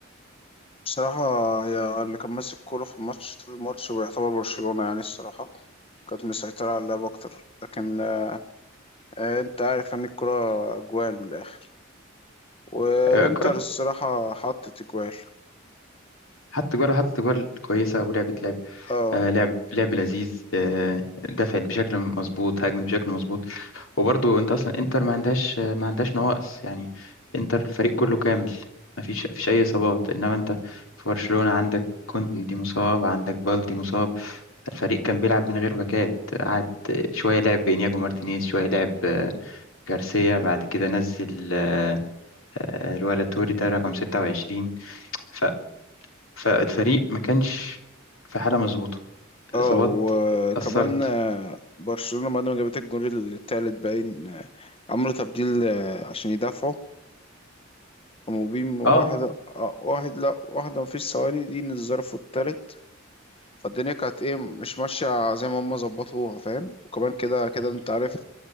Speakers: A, on the left; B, on the left.
A: بصراحة هي اللي كان ماسك الكورة في الماتش طول الماتش ويعتبر برشلونة يعني الصراحة كانت مسيطرة على اللعب أكتر لكن آه، آه، أنت عارف يعني الكرة أجوال من الآخر وإنتر
B: آه، كرة-
A: الصراحة حطت أجوال
B: حط جوار وحط جوار كويسة ولعبة لعب
A: اه
B: آه، لعب لعب لذيذ آه، دفعت بشكل مظبوط هاجمت بشكل مظبوط وبرضو انت اصلا انتر ما عندهاش ما عندهاش نواقص يعني انتر الفريق كله كامل ما فيش ما فيش اي اصابات انما انت في برشلونة عندك كوندي مصاب عندك بالدي مصاب الفريق كان بيلعب من غير باكات قعد شوية لعب بإنياجو مارتينيز شوية لعب آه، جارسيا بعد كده نزل آه، آه، الولا توري ده رقم 26 ف... فالفريق ما كانش في حالة مظبوطة الإصابات
A: اه وكمان
B: أثرت
A: آه، برشلونة بعد ما جابت الجول التالت باين آه، عملوا تبديل آه، عشان يدافعوا قاموا بيم واحدة
B: اه
A: آه، واحد لا واحدة مفيش ثواني دي الظرف التالت فالدنيا كانت ايه مش ماشية زي ما هم ظبطوها فاهم وكمان كده كده
B: يعني
A: انت عارف